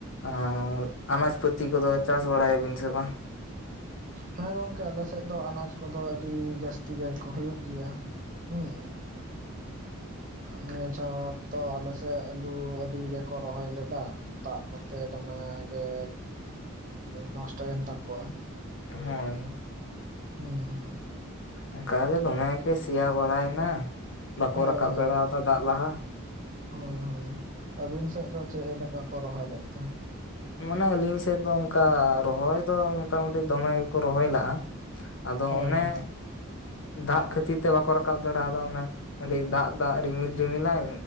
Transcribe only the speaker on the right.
ᱦᱮᱸ ᱜᱚᱝᱠᱮ ᱟᱞᱮᱥᱮᱫ ᱫᱚ ᱟᱱᱟᱡ ᱠᱚᱫᱚ ᱟᱹᱰᱤ ᱡᱟᱹᱥᱛᱤ ᱜᱮ ᱦᱩᱭᱩᱜ ᱜᱮᱭᱟ᱾ ᱦᱮᱸ ᱱᱤᱭᱟᱹ ᱪᱷᱟᱴ ᱛᱚ ᱟᱞᱮᱥᱮᱫ ᱟᱞᱩ ᱟᱹᱰᱤ ᱜᱮᱠᱚ ᱨᱚᱦᱚᱭ ᱞᱮᱫᱟ ᱫᱟᱜ ᱠᱚᱛᱮ ᱛᱮ ᱫᱚᱢᱮ ᱜᱮ ᱱᱚᱥᱴᱚᱭᱮᱱ ᱛᱟᱠᱚᱣᱟ᱾
ᱦᱩᱸ ᱦᱩᱸ
ᱦᱳᱭ
ᱦᱳᱭ
ᱦᱳᱭ ᱦᱳᱭ᱾ ᱟᱹᱵᱤᱱ ᱥᱮᱫ ᱫᱚ ᱪᱮᱫ ᱞᱮᱠᱟ ᱠᱚ ᱨᱚᱦᱚᱭ ᱞᱮᱫᱛᱮ?
ᱦᱳᱭ
ᱦᱳᱭ